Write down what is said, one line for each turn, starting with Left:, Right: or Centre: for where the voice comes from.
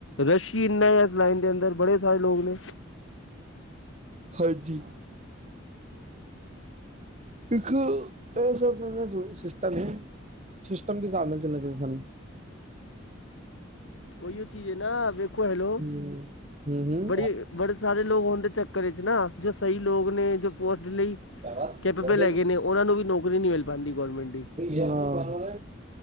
Left: ਰਸ਼ ਹੀ ਇੰਨਾ ਹੈ ਇਸ ਲਾਈਨ ਦੇ ਅੰਦਰ ਬੜੇ ਸਾਰੇ ਲੋਗ ਨੇ
Right: ਹਾਂਜੀ ਇੱਕ ਇਹ ਸਾਡਾ ਨਾ ਸਿ ਸਿਸਟਮ ਐ ਸਿਸਟਮ ਦੇ ਹਿਸਾਬ ਨਾਲ ਚੱਲਣਾ ਚਾਹੀਦਾ ਸਾਨੂੰ
Left: ਉਹੀਓ ਚੀਜ਼ ਹੈ ਨਾ <unintelligible> ਉਹ ਹੈਲੋ
Right: ਹਮ ਹਮ ਹਮ
Left: ਬੜੀ ਬੜੇ ਸਾਰੇ ਲੋਗ ਹੋਂਣ ਦੇ ਚੱਕਰ ਇੱਚ ਨਾ ਜੋ ਸਹੀ ਲੋਗ ਨੇ ਜੋ <unintelligible> ਲਈ
Right: <unintelligible>
Left: ਕੈਪੇਬਲ ਹੈਗੇ ਨੇ ਉਹਨਾਂ ਨੂੰ ਵੀ ਨੌਕਰੀ ਨਹੀਂ ਮਿਲ ਪਾਂਦੀ ਗੌਰਮੈਂਟ ਦੀ
Right: <unintelligible>